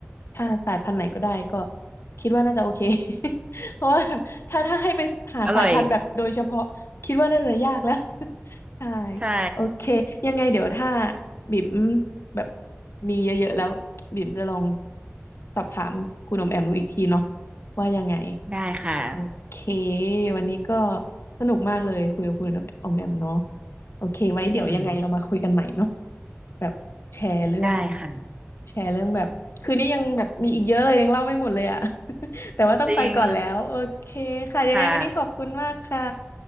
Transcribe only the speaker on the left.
ถ้าสายพันธุ์ไหนก็ได้ก็คิดว่าน่าจะโอเค <laughs> เพราะว่าถ้าถ้าให้ไปหาสายพันธุ์แบบโดยเฉพาะคิดว่าน่าจะยากแล้ว
<laughs> ใช่
โอเคยังไงเดี๋ยวถ้าบิ่มแบบมีเยอะๆแล้วบิ่มจะลองสอบถามคุณอมแอมดูอีกทีเนาะว่ายังไง
โอเควันนี้ก็สนุกมากเลยคุยกับคุณอมแอมเนาะโอเคไว้เดี๋ยวยังไงเรามาคุยกันใหม่เนาะ
แบบแชร์เรื่อง
แชร์เรื่องแบบคืนนี้ยังแบบมีอีกเยอะเลยยังเล่าไม่หมดเลยอ่ะ <laughs> แต่ว่าต้องไปก่อนแล้วโอเคค่ะยังไงวันนี้ขอบคุณมากค่ะ